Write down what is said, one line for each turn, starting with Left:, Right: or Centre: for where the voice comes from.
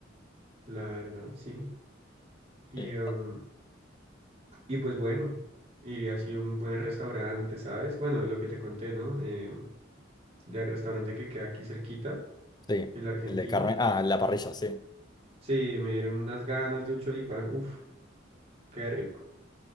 Right: La verdad, sí. Y,
Left: Sí.
Right: em, y pues bueno, iría así a un buen restaurante, ¿sabes? Bueno, lo que te conté, ¿no? Eh, del restaurante que queda aquí cerquita,
Left: Sí,
Right: en la Argentina.
Left: el de carne. Ah, la parrilla, sí.
Right: Sí, me dieron unas ganas de un choripán. Uf, qué rico.